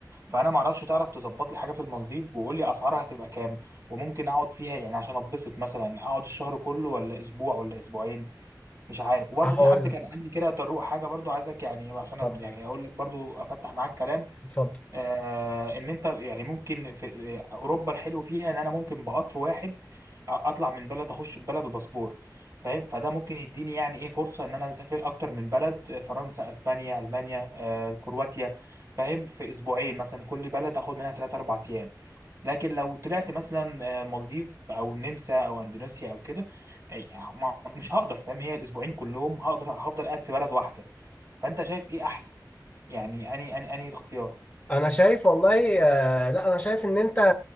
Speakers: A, on the right; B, on the left.
A: فانا معرفش تعرف تظبط لي حاجه في المالديف وقول لي اسعارها هتبقى كام وممكن اقعد فيها يعني عشان اتبسط مثلا اقعد الشهر كله ولا اسبوع ولا اسبوعين مش عارف وبرضه
B: هقول
A: في حد
B: لك
A: كان قال لي كده طروق حاجه برضه عايزك يعني عشان
B: اتفضل
A: أب- يعني اقول لك برضه افتح معاك كلام
B: اتفضل
A: آه ان انت يعني ممكن في آه، اوروبا الحلو فيها ان انا ممكن بقطر واحد أ- اطلع من بلد اخش ببلد بباسبور فاهم فده ممكن يديني يعني ايه فرصه ان انا اسافر اكتر من بلد آه، فرنسا اسبانيا المانيا آه كرواتيا فاهم في اسبوعين مثلا كل بلد اخد منها 3 4 ايام لكن لو طلعت مثلا آه، مالديف او نمسا او اندونيسيا او كده آه، يعني ما- مش هقدر فاهم هي الاسبوعين كلهم هقدر هفضل قاعد في بلد واحده فانت شايف ايه احسن يعني اني اني اني الاختيار
B: انا شايف والله آه، لا انا شايف ان انت